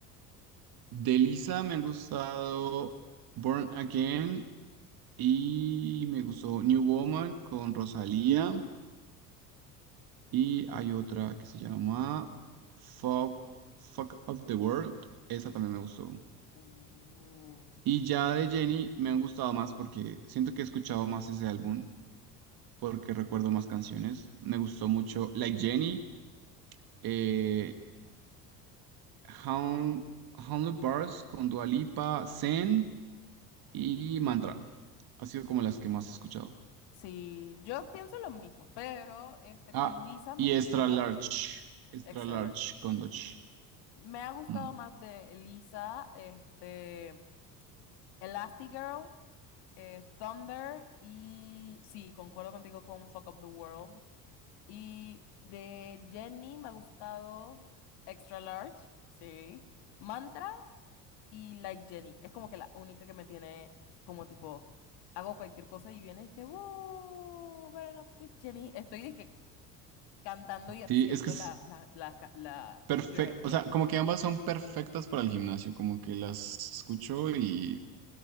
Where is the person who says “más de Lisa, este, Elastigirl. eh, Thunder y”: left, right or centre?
Left